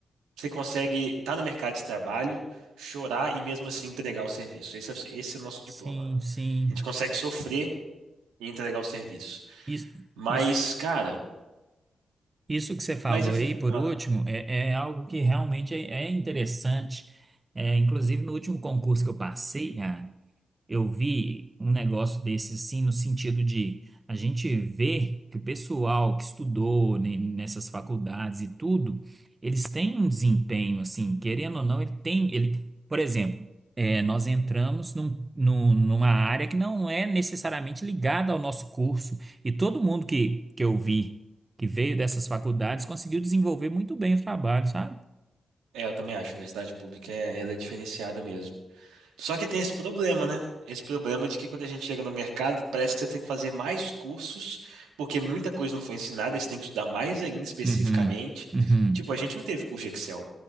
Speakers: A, on the right; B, on the right.
A: você consegue estar no mercado de trabalho, chorar e mesmo assim entregar o serviço. Esse é, o- esse é o nosso
B: Sim,
A: diploma.
B: sim.
A: A gente consegue sofrer e entregar o serviço.
B: Isso,
A: Mas,
B: isso,
A: cara,
B: isso que você falou
A: mas eu,
B: aí,
A: fi-
B: por
A: ah.
B: último, é, é algo que realmente é, é interessante. É, inclusive, no último concurso que eu passei, Eu vi um negócio desse assim, no sentido de a gente vê que o pessoal que estudou ne- nessas faculdades e tudo, eles têm um desempenho, assim, querendo ou não, ele tem, ele, por exemplo, é, nós entramos num- num- numa área que não é necessariamente ligada ao nosso curso, e todo mundo que, que eu vi que veio dessas faculdades conseguiu desenvolver muito bem o trabalho, sabe?
A: É, eu também acho, a universidade pública é, ela é diferenciada mesmo. Só que tem esse problema, né? Esse problema de que quando a gente chega no mercado, parece que você tem que fazer mais cursos, porque muita coisa não foi ensinada, e você tem que estudar mais ainda especificamente.
B: Uhum, uhum,
A: Tipo, a gente não teve curso de Excel,